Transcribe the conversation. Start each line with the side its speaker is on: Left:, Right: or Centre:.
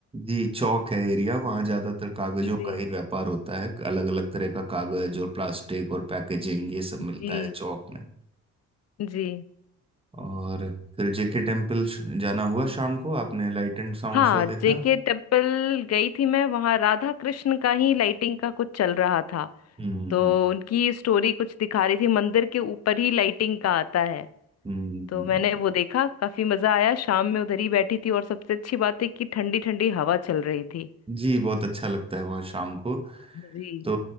Right: जी चौक है एरिया वहाँ ज्यादातर कागजों
Left: जी
Right: का ही व्यापार होता है अलग अलग तरह का कागज और प्लास्टिक और पैकेजिंग ये सब मिलता
Left: जी
Right: है चौक में
Left: जी
Right: और फिर जेके टेम्पल जाना हुआ शाम को आपने लाइट एंड साउंड
Left: हाँ
Right: शो देखा
Left: जेके टेम्पल गई थी मैं वहां राधा कृष्ण का ही लाइटिंग का कुछ चल रहा था
Right: हम्म हम्म
Left: तो उनकी स्टोरी कुछ दिखा रही थी मंदिर के ऊपर ही लाइटिंग का आता है
Right: हम्म,
Left: तो
Right: हम्म।
Left: मैंने वो देखा काफी मजा आया शाम में उधर ही बैठी थी और सबसे अच्छी बात है कि ठंडी ठंडी हवा चल रही थी
Right: जी बहुत अच्छा लगता है वहाँ शाम को
Left: जी
Right: तो